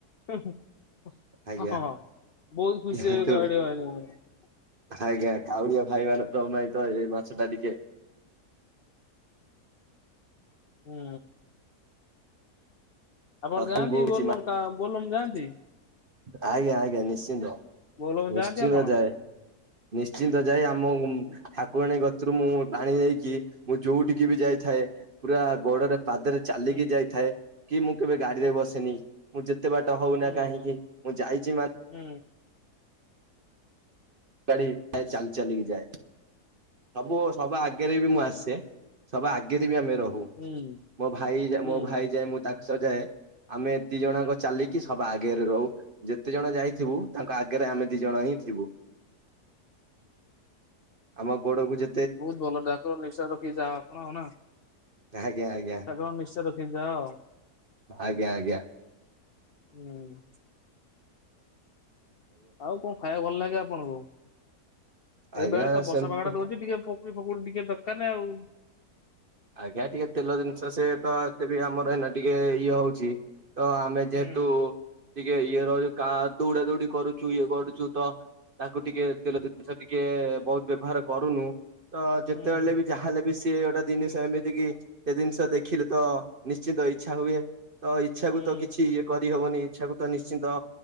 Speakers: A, on the left (about 60°); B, on the right (about 45°).
A: ହୁଁ ହୁଁ,
B: ଆଜ୍ଞା
A: ହଁ ବୋହୁତ ଖୁସି
B: ଯେହେତୁ
A: <unintelligible>
B: ଆଜ୍ଞା କାଉଡ଼ିଆ ଭାଇ ମାନେ ତ ନାଇଁ ତ ଏ ମାସଟା ଟିକେ
A: ହୁଁ। ଆପଣ
B: ଦରଙ୍କୁ
A: ଯାଆନ୍ତି
B: କିଛି
A: ବୋଲବମ୍
B: ମା
A: କା ବୋଲବମ୍ ଯାଆନ୍ତି?
B: ଆଜ୍ଞା ଆଜ୍ଞା ନିଶ୍ଚିନ୍ତ।
A: ବୋଲବମ୍ ଯାଆନ୍ତି
B: ନିଶ୍ଚିନ୍ତ
A: ଆପଣ?
B: ଯାଏ ନିଶ୍ଚିନ୍ତ ଯାଏ ଆମୋଉଁ
A: ହୁଁ
B: ଠା କୁଆଣୀ କତ୍ରୁ ମୁଁ ପାଣି ନେଇକି ମୁଁ ଯୋଉଠିକି ବି ଯାଇଥାଏ ପୁରା ଗୋଡ଼ରେ ପାଦରେ ଚାଲିକି
A: ହୁଁ
B: ଯାଇଥାଏ କି ମୁଁ କେବେ ଗାଡ଼ି ରେ ବସେନି ମୁଁ ଯେତେ ବାଟ ହୋଉନା
A: ହୁଁ
B: କାହିଁକି ମୁଁ ଯାଇଚି ମାନ୍
A: ହୁଁ।
B: ଗାଡ଼ି ନାଇଁ ଚାଲି ଚାଲିକି ଯାଏ ସବୁ ସବା ଆଗରେ ବି ମୁଁ ଆସେ। ସବା ଆଗେରେ ବି ଆମେ ରହୁ
A: ହୁଁ
B: ମୋ ଭାଇ ଯା
A: ହୁଁ
B: ମୋ ଭାଇ ଯାଏ ମୁଁ ତାଙ୍କ ସହ ଯାଏ। ଆମେ ଦି ଜଣ ଆଙ୍କ ଚାଲିକି ସବା ଆଗରେ ରହୁ। ଯେତେ ଜଣ ଯାଇଥିବୁ ତାଙ୍କ ଆଗରେ ଆମେ ଦି ଜଣ ହିଁ ଥିବୁ। ଆମ ଗୋଡ଼କୁ ଯେ
A: ବୋହୁତ ଭଲ ଡ଼ାକର ନିଶା ରଖି ଯାଅ ଆପଣ ନା।
B: ଆଜ୍ଞା ଆଜ୍ଞା।
A: ତାଙ୍କର ନିଶ ରଖି ଯାଅ।
B: ଆଜ୍ଞା ଆଜ୍ଞା।
A: ହୁଁ। ଆଉ କଣ ଖାଇବାକୁ ଭଲ ଲାଗେ ଆପଣଙ୍କୁ
B: ଆଜ୍ଞା
A: ଏବେ ତ ବର୍ଷା
B: ସେମିତି
A: ପାଗଟା ଦଉଛି ଟିକେ ଫୋ ପକୁଡ଼ି ଫକୁଡ଼ି ଟିକେ ଦକାର ନା ଆଉ।
B: ଆଜ୍ଞା ଟିକେ ତେଲ ଜିନିଷ ସେ ତ ଏତେ ବି ଆମର ଏଇନା ଟିକେ ଇଏ ହଉଛି ତ ଆ ଆମେ
A: ହୁଁ
B: ଯେହେତୁ ଟିକେ ଇଏ ର କା ଦୌଡ଼ା ଦୌଡ଼ି କରୁଚୁ ଇଏ କରୁଚୁ ତ ତାକୁ ଟିକେ ତେଲ ଜିନିଷ ଟିକେ ବହୁତ ବ୍ୟବହାର କରୁନୁ। ତ ଯେତେବେଲେ
A: ହୁଁ
B: ବି ଯାହା ହେଲେ ବି ସିଏ ଗୋଟେ ଦିନିଷ ଏମିତିକି ସେ ଜିନିଷ ଦେଖିଲେ ତ ନିଶ୍ଚିନ୍ତ ଇଚ୍ଛା ହୁଏ। ତ ଇଚ୍ଛା
A: ହୁଁ
B: କୁ ତ କିଛି ୟେ କରିହବନି ଇଚ୍ଛା କୁ ତ ନିଶ୍ଚିନ୍ତ